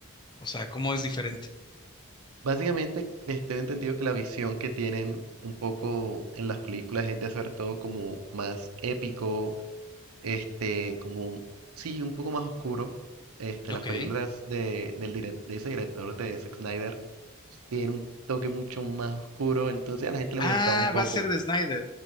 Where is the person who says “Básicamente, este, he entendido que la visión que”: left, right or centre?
Right